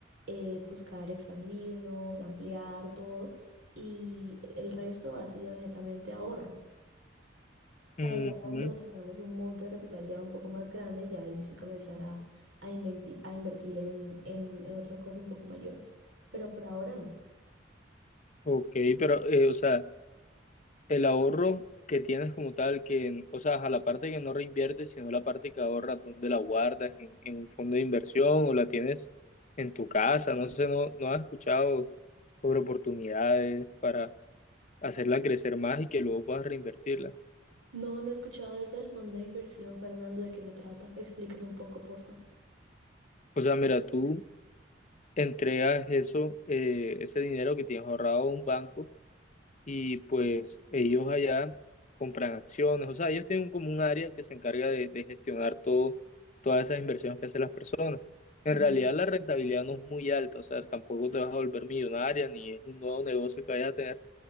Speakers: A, on the right; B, on the left.
A: eh, buscar expandirnos, ampliar todo, y el resto ha sido netamente ahorro. Para
B: Ujú,
A: ya cuando tengamos un monto de capital ya un poco más grande, ya ahí sí comenzar a, a inventi- a invertir en, en en otras cosas un poco mayores. Pero por ahora no.
B: Ok, pero, eh, o sea, el ahorro que tienes como tal, que, o sea, a la parte que no reinviertes, sino la parte que ahorras, ¿dónde la guardas? ¿En, en un fondo de inversión o la tienes en tu casa? No sé, no, no has escuchado sobre oportunidades para hacerla crecer más y que luego puedas reinvertirla.
A: No, no he escuchado eso del fondo de inversión, Fernando, ¿de qué se trata? Explícame un poco, porfa.
B: O sea, mira, tú. entregas eso, eh, ese dinero que tienes ahorrado a un banco y pues ellos allá compran acciones, o sea, ellos tienen como un área que se encarga de, de gestionar todo, todas esas inversiones que hacen las personas.
A: Ajá.
B: En realidad la rentabilidad no es muy alta, o sea, tampoco te vas a volver millonaria ni es un nuevo negocio que vayas a tener,